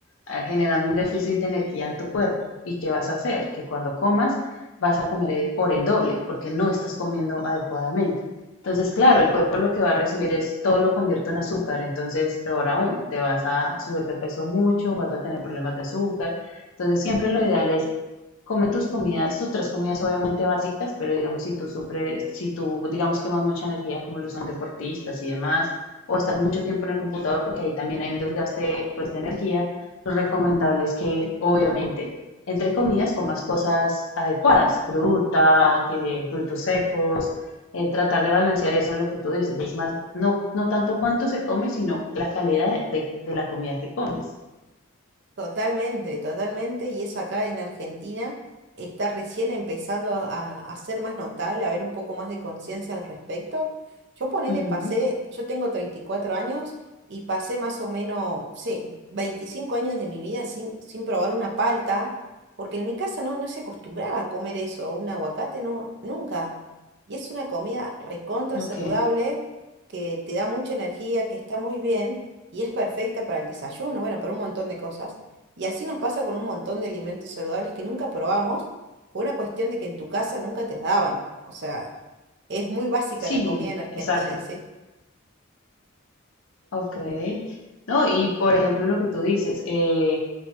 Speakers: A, on the left; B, on the right.
A: ah, generando un déficit de energía en tu cuerpo. ¿Y qué vas a hacer? Que cuando comas vas a comer eh, por el doble, porque no estás comiendo adecuadamente. Entonces, claro, el cuerpo lo que va a recibir es todo lo convierto en azúcar, entonces peor aún, te vas a subir de peso mucho, vas a tener problemas de azúcar entonces, siempre lo ideal es come tus comidas, tus tres comidas obviamente básicas, pero digamos si tú sufres, si tú digamos quemas mucha energía como lo son deportistas y demás, o estás mucho tiempo en el computador porque ahí también hay un desgaste pues de energía, lo recomendable es que obviamente entre comidas comas cosas adecuadas, fruta, que, frutos secos, eh, tratar de balancear eso en lo que tú dices, es más, no, no tanto cuánto se come, sino la calidad de, de la comida que comes.
B: Totalmente, totalmente, y eso acá en Argentina está recién empezando a, a ser más notable, a haber un poco más de conciencia al respecto. Yo ponele,
A: Ujú,
B: pasé, yo tengo 34 años y pasé más o menos, sí, 25 años de mi vida sin, sin probar una palta, porque en mi casa no, no se acostumbraba a comer eso, un aguacate, no, nunca. Y es una comida recontra
A: Ok.
B: saludable, que te da mucha energía, que está muy bien y es perfecta para el desayuno, bueno, para un montón de cosas. Y así nos pasa con un montón de alimentos saludables que nunca probamos por una cuestión de que en tu casa nunca te las daban. O sea, es muy básica
A: Sí,
B: la comida en Argentina,
A: exacto.
B: ¿sí?
A: Ok. No, y por ejemplo lo que tú dices, eh,